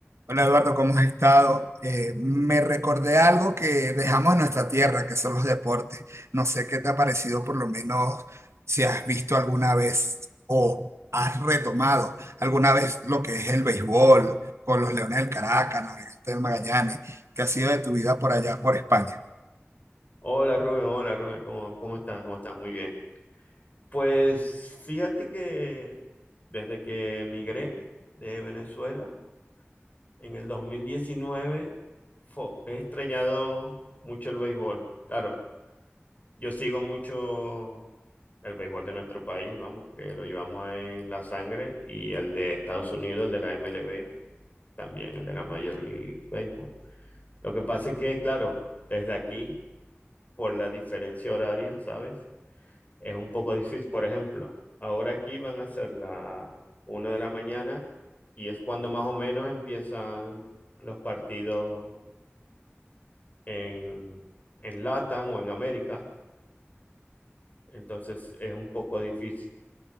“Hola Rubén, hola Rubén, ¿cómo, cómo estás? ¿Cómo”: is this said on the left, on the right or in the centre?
Left